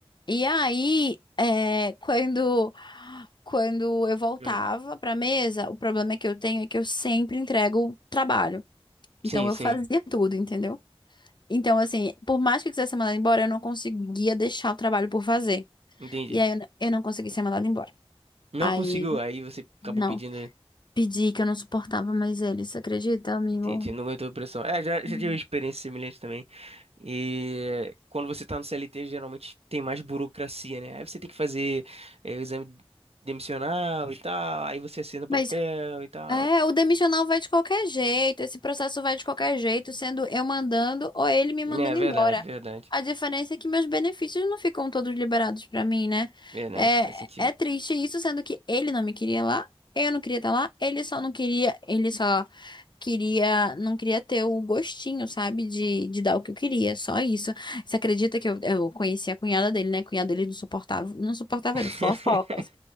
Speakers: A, on the left; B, on the right.
A: E aí, é, quando, quando eu voltava
B: Hum.
A: pra mesa, o problema que eu tenho é que eu sempre entrego o trabalho. Então
B: Sim,
A: eu
B: sim.
A: fazia tudo, entendeu? Então, assim, por mais que eu quisesse ser mandada embora, eu não conseguia deixar o trabalho por fazer.
B: Entendi.
A: E aí eu, n- eu não consegui ser mandada embora.
B: Não
A: Aí,
B: conseguiu, aí você acabou
A: não.
B: pedindo.
A: Pedi que eu não suportava mais ele você acredita, amigo?
B: Entendi, não aguentou a pressão. É, já, já
A: Hum.
B: tive uma experiência semelhante também. E quando você tá no CLT, geralmente tem mais burocracia, né? Aí você tem que fazer é, o exame demissional e tal, aí você assina o papel
A: Mas
B: e tal.
A: É, o demissional vai de qualquer jeito, esse processo vai de qualquer jeito, sendo eu mandando ou ele me mandando
B: É, verdade,
A: embora.
B: verdade,
A: A diferença é que meus benefícios não ficam todos liberados pra mim, né?
B: verdade,
A: É,
B: faz sentido.
A: é triste isso, sendo que ele não me queria lá, eu não queria estar lá, ele só não queria, ele só queria, não queria ter o gostinho, sabe, de, de dar o que eu queria, só isso. Você acredita que eu, eu conheci a cunhada dele, né? A cunhada dele não suportava, não suportava
B: <laughs>
A: ele, fofocas,